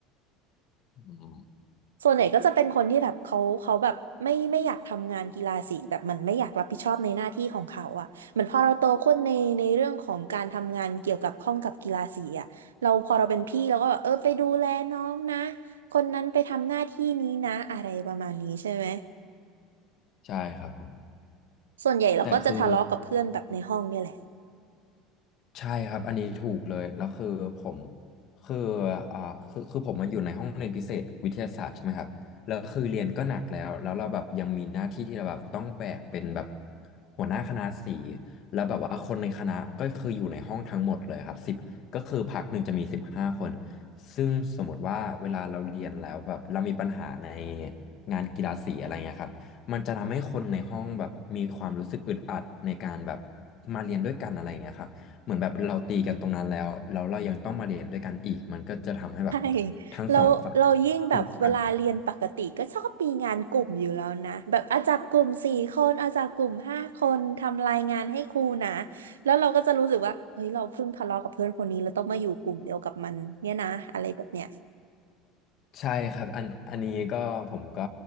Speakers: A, on the left; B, on the right.
A: อืม
B: ส่วนใหญ่ก็จะเป็นคนที่แบบเขาเขาแบบไม่ไม่อยากทำงานกีฬาสีแบบมันไม่อยากรับผิดชอบในหน้าที่ของเขาอ่ะเหมือนพอเราโตขึ้นในในเรื่องของการทำงานเกี่ยวกับข้องกับกีฬาสีอ่ะเราพอเราเป็นพี่เราก็แบบเออไปดูแลน้องนะคนนั้นไปทำหน้าที่นี้นะอะไรประมาณนี้ใช่ไหม
A: ใช่ครับผม
B: ส่วนใหญ่เราก็จะทะเลาะกับเพื่อนแบบในห้องเนี่ยแหละ
A: แต่คือ ใช่ครับอันนี้ถูกเลยแล้วคือผมคืออ่าคือคือผมมาอยู่ในห้องเรียนพิเศษวิทยาศาสตร์ใช่ไหมครับแล้วคือเรียนก็หนักแล้วแล้วเราแบบยังมีหน้าที่ที่เราแบบต้องแบกเป็นแบบหัวหน้าคณะสีแล้วแบบว่าคนในคณะก็คืออยู่ในห้องทั้งหมดเลยครับสิบก็คือพักหนึ่งจะมีสิบห้าคนซึ่งสมมติว่าเวลาเราเรียนแล้วแบบเรามีปัญหาในงานกีฬาสีอะไรเงี้ยครับมันจะทำให้คนในห้องแบบมีความรู้สึกอึดอัดในการแบบมาเรียนด้วยกันอะไรอย่างเงี้ยครับ เหมือนแบบเราตีกันตรงนั้นแล้วแล้วเรายังต้องมาเรียนด้วยกันอีกมันก็จะทำให้แบบ
B: ใช่
A: ทั้งสองฝ่าย
B: เราเรายิ่งแบบเวลาเรียนปกติก็ชอบมีงานกลุ่มอยู่แล้วนะแบบอาจับกลุ่มสี่คนอาจับกลุ่มห้าคนทำรายงานให้ครูนะ
A: อึดอัด
B: แล้วเราก็จะรู้สึกว่าเฮ้ยเราเพิ่งทะเลาะกับเพื่อนคนนี้เราต้องมาอยู่กลุ่มเดียวกับมันเนี่ยนะอะไรแบบเนี้ย
A: ใช่ครับอันอันนี้ก็ผมก็